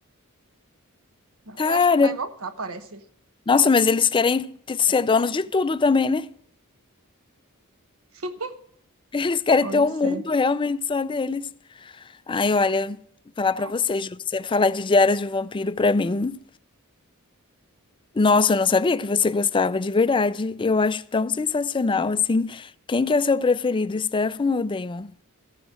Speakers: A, on the right (about 65°); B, on the left (about 20°).
A: Eu
B: Cara,
A: acho que ele vai voltar, parece.
B: nossa, mas eles querem te- ser donos
A: É.
B: de tudo também, né?
A: <laughs>
B: <laughs> Eles querem
A: Pois
B: ter um mundo
A: é.
B: realmente só deles. Ai, olha, vou falar pra
A: É.
B: você, Ju, você falar de Diários de um Vampiro pra mim. Nossa, eu não sabia que você gostava de verdade. Eu acho tão sensacional, assim. Quem que é seu preferido, Stefan ou Damon?